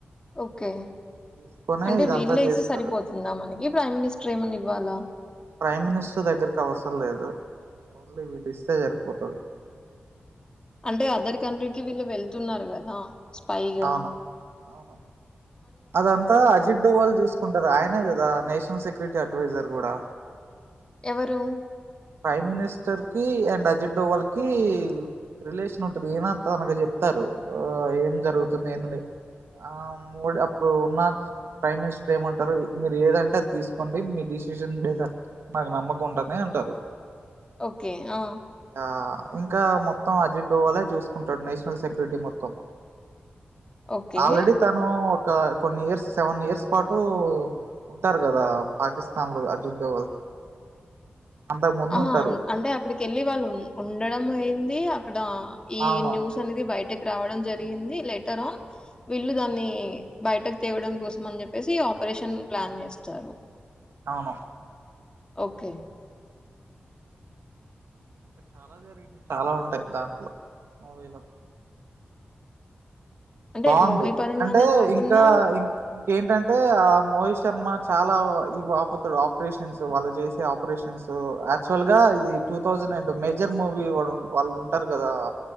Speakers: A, on the left; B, on the right.
A: ఓకే
B: తీసుకునే
A: అంటే
B: ఇదంతా
A: వీళ్లే
B: చేస్తారు
A: ఇస్తే సరిపోతుందా మనకి ప్రైమ్ మినిస్టర్ ఏమన్నా ఇవ్వాలా
B: ప్రైమ్ మినిస్టర్ దగ్గరకి అవసరం లేదు ఓన్లీ వీళ్ళు ఇస్తే సరిపోతాది
A: అంటే అదర్ కంట్రీకి వీళ్ళు వెళ్తున్నారు కదా స్పైైగా
B: అవునవును అవును అదంతా అజిత్ డోవాల్ చూసుకుంటారు ఆయనే కదా నేషనల్ సెక్యూరిటీ అడ్వైజర్ కూడా
A: ఎవరు?
B: ప్రైమ్ మినిస్టర్ కి అండ్ అజిత్ డోవాల్ కి రిలేషన్ ఉంటది ఈయనా తనకీ చెప్తారు ఏం జరుగుతుంది ఎందనేది ఆ మోడ్ అప్ ఇప్పుడు ఉన్న ప్రైమ్ మినిస్టర్ ఏమంటారు మీరు ఏదంటే అది తీసుకోండి మీ డిసిజన్ మీద మాకు నమ్మకం ఉంటది అంటారు
A: ఓకే ఆ
B: ఆ ఇంకా మొత్తం అజిత్ డోవాళ్ళే చూసుకుంటాడు నేషనల్ సెక్యూరిటీ మొత్తం
A: ఓకే.
B: ఆల్డ్రాడిీ తను ఒ క్క కొన్ని ఇయర్స్ సెవెన్ ఇయర్స్ పాటు ఉంటారు కదా పాకిస్తాన్ లో అజిత్ డోవల్ అంతకు ముందు
A: ఆహా
B: ఉంటారు
A: అం అంటే అక్కడికి వెళ్ళి వాళ్ళు ఉన్ ఉండడం దే అప్ ఇక్కడ ఈ
B: అవును
A: న్యూస్ అనేది బయట రావడం జరిగింది లెటర్ ఆ వీళ్ళు దాన్ని
B: అవును
A: బయటకు తేవడం కోసం అని చెప్పేసి ఆపరేషన్ ప్లాన్ చేస్తారు
B: అవును
A: ఓకే
B: చాలా జరిగాయి చాలా ఉంటాయి దాంట్లో మూవీలో
A: అంటే
B: బాగుంది
A: మూవీ పరంగానే
B: అంటే
A: కాకుండా
B: ఇంకా ఇం ఇంకేంటంటే ఆ మూవీస్ శర్మ చాలా ఇవి ఆపుతాడు ఆపరేషన్స్ వాళ్ళు చేసే ఆపరేషన్స్ యాక్చువల్ గా ఇది two thousand and major movie వాళ్ళు ఉంటారు కదా